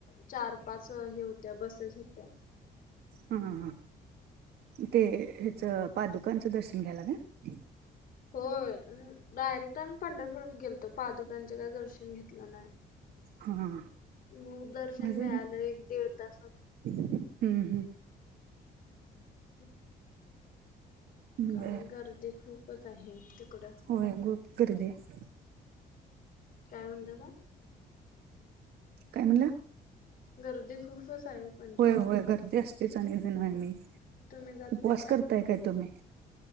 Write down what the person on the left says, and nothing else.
चार पाच घेऊन त्या बसेस होत्या.
होय, डायरेक्ट आम्ही पंढरपूरात गेलतो, पादुकांचं काय दर्शन घेतलं नाही.
मुख दर्शन
मिळालंय एक दीड तासात.
<inaudible>
काय
गर्दी खूपचं आहे, तिकडं.
काय म्हणतासा?
गर्दी खूपच आहे. पंढरपुराला
तुम्ही जात
नाही